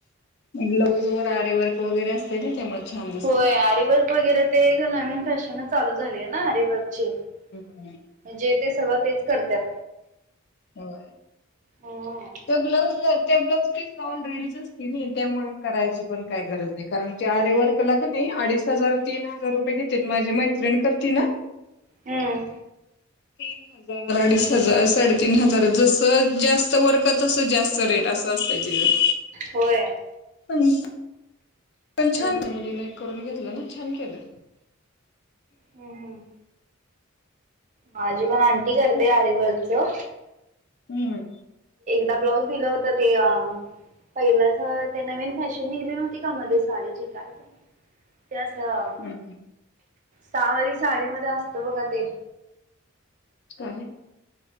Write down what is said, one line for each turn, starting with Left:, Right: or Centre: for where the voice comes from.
Left: ब्लाऊज वर आरीवर्क वगैरे असते ना त्यामुळे छान दिसतात
Right: होय अरवर्क वगैरे ते नवीन फॅशन चालू झाली आहे ना अरिवर्क ची म्हणजे
Left: हम्म
Right: ते सगळं तेच करतात
Left: हो
Right: हम्म
Left: त्या ब्लाऊज त्या ब्लाउज त ऑलरेडीच असती ना त्यामुळे करायची पण काही गरज नाही कारण ते आरीवर्क ला अडीच हजार तीन हजार रुपये घेते माझी मैत्रिण करती ना
Right: हमम
Left: तीन हजार अडीच हजार साडेतीीन हजार जस जास्त वर्क तस जास्त रेट असं असत तिच
Right: होय
Left: <unintelligible> पण छानजकून
Right: हम्म
Left: घेत ना छान केलं
Right: हम्म हम्म माझी पण आण करते अँटी करते
Left: खूप
Right: अरिवर्क को
Left: हम्म
Right: ब्लाऊज दिलं होत ते पहिल्याच ते नवीन फॅशन निघले होती मध्ये साडीची काय तर स
Left: हम्म
Right: सहावारी साडीमध्ये असत बघा ते
Left: काे